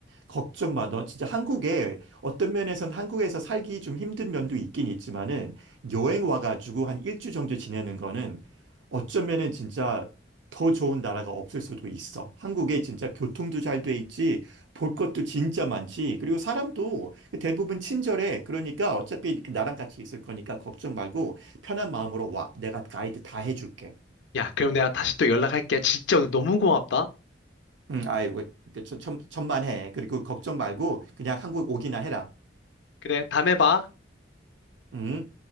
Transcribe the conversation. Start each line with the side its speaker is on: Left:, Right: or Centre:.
Right: 걱정 마. 너 진짜 한국에 어떤 면에선 한국에서 살기 좀 힘든 면도 있긴 있지만은 여행 와가지고 한 일주 정도 지내는 거는 어쩌면은 진짜 더 좋은 나라가 없을 수도 있어. 한국에 진짜 교통도 잘 돼 있지, 볼 것도 진짜 많지. 그리고 사람도 그 대부분 친절해. 그러니까 어차피 나랑 같이 있을 거니까 걱정 말고 편한 마음으로 와. 내가 가이드 다 해줄게.
Left: 야 그럼 내가 다시 또 연락할게. 진짜 오늘 너무 고맙다.
Right: 응, 아이고, 그, 천, 천, 천만해. 그리고 걱정 말고 그냥 한국 오기나 해라.
Left: 그래 다음에 봐.
Right: 응?